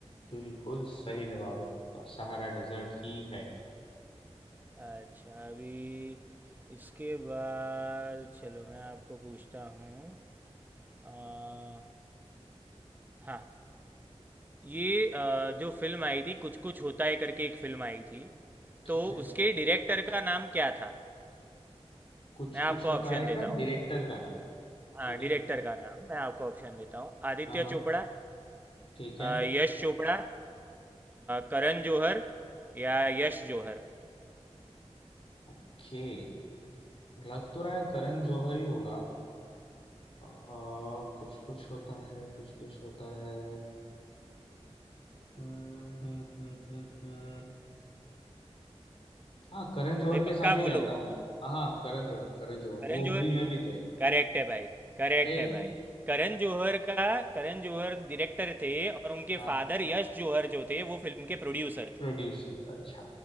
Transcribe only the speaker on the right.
अच्छा अभी इसके बाद चलो मैं आपको पूछता हूँ आ, हाँ ये अ, जो फ़िल्म आई थी कुछ कुछ होता है करके एक फ़िल्म आई थी
तो
उसके डायरेक्टर का नाम क्या था
मैं आपको
ऑप्शन
देता
हूँ
हाँ
डायरेक्टर
का नाम मैं आपको ऑप्शन देता हूँ आदित्य
चोपड़ा
अ, यश चोपड़ा अ, करण जौहर या यश जौहर
भाई
पक्का
बोलो
करण
जौहर
करेक्ट है भाई करेक्ट
है भाई करण जौहर का करण जौहर डायरेक्टर थे और उनके
फादर यश जौहर जो थे वो फिल्म के प्रोड्यूसर
थे